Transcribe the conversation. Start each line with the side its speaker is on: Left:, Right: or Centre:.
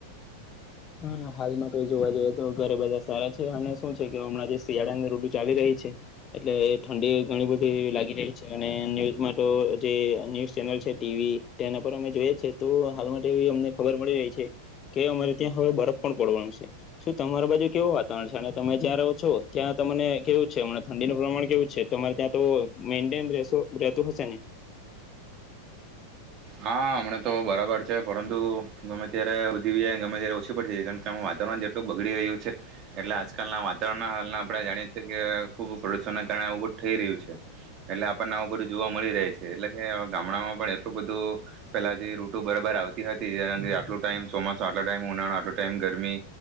Left: હા હાલ માટે જોવા જઈએ તો ઘરે બધા સારા છે અને શું છે કે હમણાં જે શિયાળાને ઋતુ ચાલી રહી છે એટલે ઠંડી ઘણી બધી લાગી રહી છે અને ન્યુઝ માટે જે ન્યુઝ ચેનલ છે ટીવી તેના પર અમે જોઈએ છે તો હાલ માટે એવી અમને ખબર મળી રહી છે કે અમારે ત્યાં હવે બરફ પણ પડવાનો છે શું તમારા બાજુ કેવું વાતાવરણ છે અને તમે જ્યાં રહો છો ત્યાં તમને કેવું છે ઠંડીનું પ્રમાણ કેવું છે તમારે ત્યાં તો મેઇન્ટેન રહેતું હશે ને
Right: હા હમણાં તો બરાબર છે પરંતુ ગમે ત્યારે વધી જાય ગમે ત્યારે ઓછી પડી જાય છે કારણ કે આ વાતાવરણ જેટલું બગડી રહ્યું છે એટલે આજકાલના વાતાવરણના હાલના આપણે જાણીએ છીએ કે ખૂબ પ્રદૂષણનાં કારણે આવું બધું થઈ રહ્યું છે એટલે આપણને આવું બધું જોવા મળી રહે છે એટલે કે ગામડામાં પણ એટલું બધું પેલા જે રૂતું બરાબર આવતી હતી કારણ કે આટું ટાઈમ ચોમાસું આટલો ટાઈમ ઉનાળો આટલો ટાઈમ ગરમી